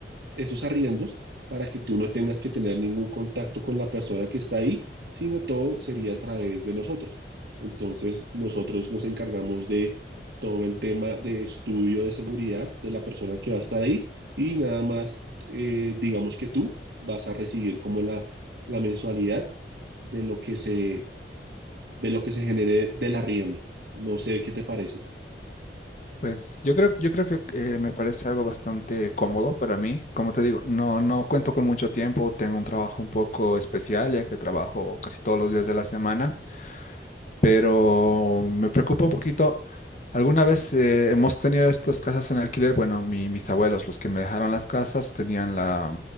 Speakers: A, on the right; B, on the left.
A: esos arriendos para que tú no tengas que tener ningún contacto con la persona que está ahí, sino todo sería a través de nosotros. Entonces, nosotros nos encargamos de todo el tema de estudio de seguridad de la persona que va a estar ahí y nada más, eh, digamos que tú vas a recibir como la, la mensualidad de lo que se, de lo que se genere del arriendo. No sé qué te parece.
B: Pues yo creo, yo creo que eh, me parece algo bastante cómodo para mí. Como te digo, no, no cuento con mucho tiempo, tengo un trabajo un poco especial, ya que trabajo casi todos los días de la semana. pero me preocupa un poquito. Alguna vez eh, hemos tenido estas casas en alquiler. Bueno, mi- mis abuelos, los que me dejaron las casas, tenían la,